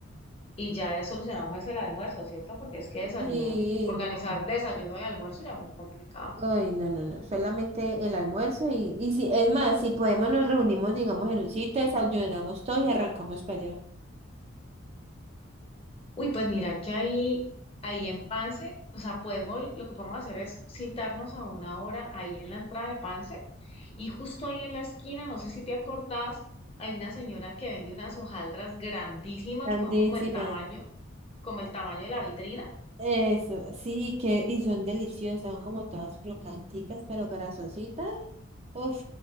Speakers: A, on the left; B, on the right.
A: y ya, ya solucionamos ese el almuerzo, ¿cierto? Porque es que desayunar,
B: Sí,
A: organizar
B: no.
A: desayuno y almuerzo ya muy complicado.
B: Ay, no, no, no, solamente el almuerzo y, y si, es más, si podemos nos reunimos, digamos, en un sitio, desayunamos todos y arrancamos para allá.
A: Uy, pues mira que ahí, ahí en Pance, o sea, podemos, lo que podemos hacer es citarnos a una hora ahí en la entrada de Pance y justo ahí en la esquina, no sé si te acordás, hay una señora que vende unas hojaldras grandísimas
B: Grandísima.
A: que son como el tamaño, como el tamaño de la vitrina.
B: Eso, sí, que, y son deliciosas, son como todas crocanticas, pero grasositas. Uf,